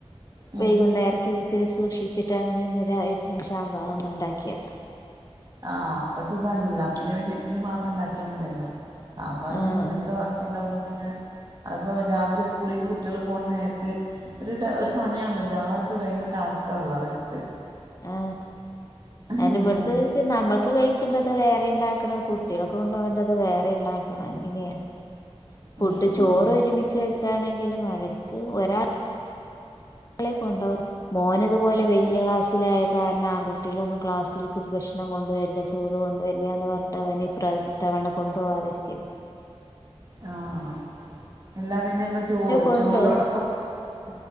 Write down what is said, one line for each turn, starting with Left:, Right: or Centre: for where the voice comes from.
Right: ഉം
Left: വൈകുന്നേരം ഫ്രിഡ്ജിൽ മുഷി ച്ചിട്ട് അങ്ങനെ ഇന്ന് രാ ഇഡ്ലി ഷാമ്പങ്ങനെ ഉണ്ടാക്കിയതാ ചെ
Right: ആ അപ്പ സുഖാണല്ല പിന്നെ പിന്നെ ഇഡ്ലി മാത്രം ഉണ്ടാക്കിയാ മത്യല്ലോ സാമ്പാർ
Left: ആഹ്
Right: പിന്നിന്നലത്തെ
Left: ആഹ്
Right: ബാക്കിണ്ടവൂ പിന്നെ അപ്പോ രാവിലെ സ്കൂളിക്ക് കുട്ടികൾ പോണ നേരത്തെ ഒര് ട ഒരു പണിയാണല്ലോ ല്ലാർക്കും ഭയങ്കര ടാസ്കാന്നല്ലോ ആ നേരത്ത്
Left: ആ
Right: ഉം
Left: എന്റെ ഇവിടുത് നമ്മുക്ക് കഴി ണ്ടത് വേറെ ണ്ടാക്കണം കുട്ടികൾക്ക് കൊണ്ടോവേണ്ടത് വേറെ ണ്ടാക്കണം അങ്ങനെയാ ഫുഡ്
Right: ഉം
Left: ചോറൊരുമിച
Right: ഉം
Left: ണെങ്കിലും അവര്ക്ക് ഒരാ ളെ കൊണ്ടോ മോനിതുപോലെ വെല്യ ക്ലാസ്സിലായ കാരണം ആൺകുട്ടികളൊന്നും ക്ലാസ്സിലെക്ക് ഭക്ഷണം കൊണ്ടുവരില്ല്യ ചോറ് കൊണ്ടുവല്യന്ന് പറഞ്ഞിട്ട് അവനിപ്രാവശ്യ ഇത്തവണ കൊണ്ടുപവാതിരിക്കണ്
Right: ആഹ് എന്നാ പിന്നെങ്ങ് ചോ
Left: കൊണ്ടോവും
Right: ചോറൊള് <unintelligible>